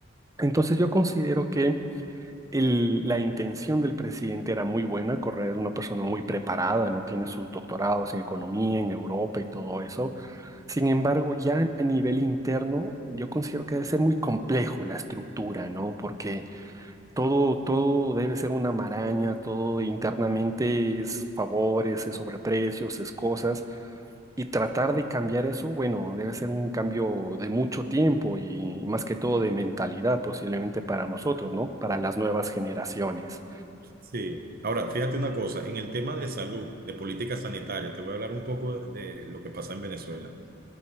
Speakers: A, on the right (about 15°); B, on the right (about 50°).
A: Entonces yo considero que el- la intención del presidente era muy buena. Correa es una persona muy preparada, no tiene sus doctorados en economía, en Europa y todo eso. Sin embargo, ya a nivel interno, yo considero que debe ser muy complejo la estructura, ¿no? Porque todo, todo debe ser una maraña, todo internamente es favores, es sobreprecios, es cosas. Y tratar de cambiar eso, bueno, debe ser un cambio de mucho tiempo y más que todo de mentalidad posiblemente para nosotros, ¿no? Para las nuevas generaciones.
B: Sí, ahora fíjate una cosa, en el tema de salud, de política sanitaria, te voy a hablar un poco de lo que pasa en Venezuela.